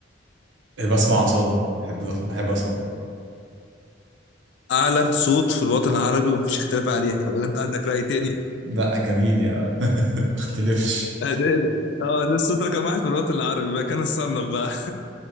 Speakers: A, on the right; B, on the left.
A: آه، بسمع اصاله بحب الأص- بحب اصاله
B: أعلى صوت في الوطن العربي ومفيش اختلاف عليها ولا أنت عندك رأي تاني؟
A: لا جميل يعني <laughs> اختلفش
B: آه، ده إيه ده- اه ده الصوت رقم واحد في الوطن العربي بقى كان الصنف بقى